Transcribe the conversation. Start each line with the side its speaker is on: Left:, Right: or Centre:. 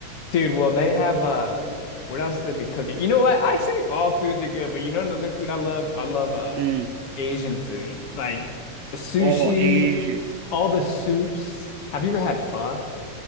Left: Dude, well, they have uh what else do they be cooking? You know what? I actually think all foods are good, but you know another food I love? I love uh
Right: Mm.
Left: Asian food. Like sushi,
Right: Oh, Asia.
Left: all the soups. Have you ever had pho?